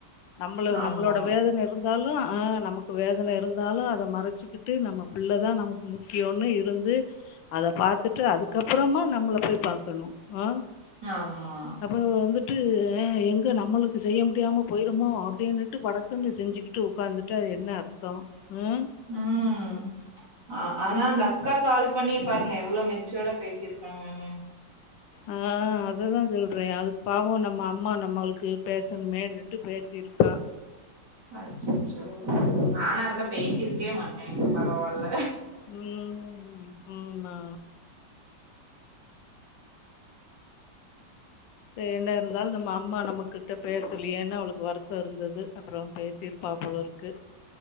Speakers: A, on the left (about 85°); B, on the right (about 65°).
A: நம்முளு
B: ஆமா
A: நம் வேதன இருந்தாலு ஆ நமுக்கு வேதன இருந்தாலு அத மறச்சுக்கிட்டு நம்ம பிள்ளதா நமக் முக்கியேன்னு இருந்து அத பாத்துட்டு அதுக்கப்புறமா நம்மள போய் பாக்கணும் அ
B: ஆமா
A: சமேவோ வந்துட்டு எ எங்க நம்மளுக்கு செய்ய முடியாம போயிருமோ அப்டின்னுட் ட்டு படக்குன்னு செஞ்சிக்குட்டு உக்காந்துட்டு அது என்ன அர்த்தோ அ
B: ம் அ ஆனா அந்த அக்கா கால் பண்ணி பாருங்க எவ்ளேவு மெச்சோடா பேசிருக்காங்கன்னு
A: ஆ அததா சொல்றே அதுக் பாவோன ம் அம்மா நம்மளுக்கு பேசணுமேண்டுட்டு பேசிருக்கா
B: அச்சச்சோ நானா இருந்தா பேசிருக்வே மாட்டே பரவால்ல
A: ம் ம் மா சே என்ன இருந்தாலு நம்ம அம்மா நம்மகுட்ட பேசலுயேனு அவளுக்கு வருத்த இருந்துது அப்புற பேசிருப்பா போலருக்கு